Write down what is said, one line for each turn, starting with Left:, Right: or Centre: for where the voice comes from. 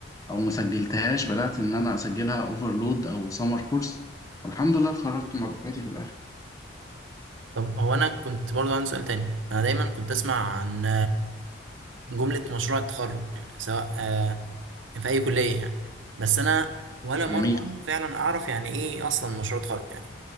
Left: او ما سجلتهاش بدات ان انا اسجلها اوفرلود او سمر كورس والحمد لله اتخرجت مع دفعتي في الاخر
Right: طب هو انا كنت برضو عندي سؤال تاني انا دايما كنت اسمع عن جملة مشروع التخرج يعني سواء آه، يعني في اي كلية يعني بس انا ولا مرة
Left: جميل
Right: فعلا اعرف يعني ايه اصلا مشروع تخرج يعني